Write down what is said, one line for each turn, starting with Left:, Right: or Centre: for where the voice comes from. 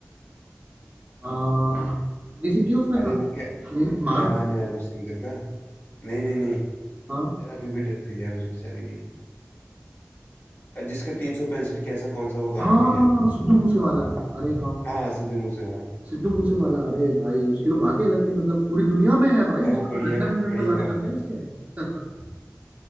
Right: आ, हनी सिंह के उसमें
Left: अरे
Right: था
Left: वो क्या
Right: नहीं मान
Left: क्या नाम है यार उस सिंगर का नहीं नहीं नहीं
Right: हाँ
Left: यार अभी अभी डेथ हुई यार उस बेचारे की जिसका तीन सौ पैंसठ कैसा कौन सा वो गाना
Right: हाँ
Left: भी है
Right: सिद्धू मूसेवाला अरे हाँ हाँ
Left: हाँ सिद्धू मूसे वाला
Right: सिद्धू मूसेवाला अरे भाई उसकी तो बात ही अलग थी मतलब पूरी दुनिया में है भाई
Left: भाई
Right: उसका
Left: वो बढ़िया
Right: तो लंदन लंदन
Left: बढ़िया
Right: में गाने
Left: गाते
Right: चलते हैं
Left: थे
Right: उसके <laughs>